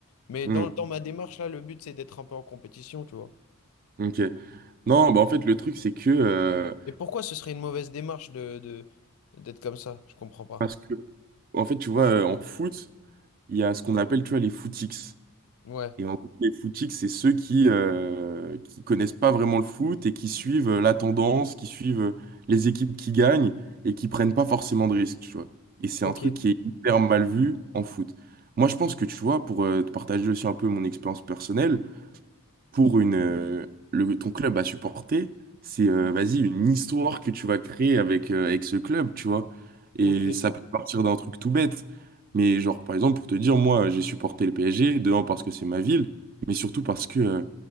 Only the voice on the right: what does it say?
hmm,
ok. Non, bah en fait, le truc, c'est que... euh,
parce que, en fait, tu vois, euh, en foot, il y a ce qu'on appelle, tu vois, les footix.
Et en gros, les footiques, c'est ceux qui euh, qui connaissent pas vraiment le foot et qui suivent euh, la tendance, qui suivent euh, les équipes qui gagnent et qui prennent pas forcément de risques, tu vois. Et c'est
un truc qui est hyper mal vu en foot. Moi, je pense que, tu vois, pour euh, te partager aussi un peu mon expérience personnelle, pour une, euh, le, ton club à supporter, c'est euh, vas-y, une histoire que tu vas créer avec, euh, avec ce club, tu vois. Et
ça peut partir d'un truc tout bête. Mais genre, par exemple, pour te dire, moi, j'ai supporté le PSG, de un, parce que c'est ma ville, mais surtout parce que euh,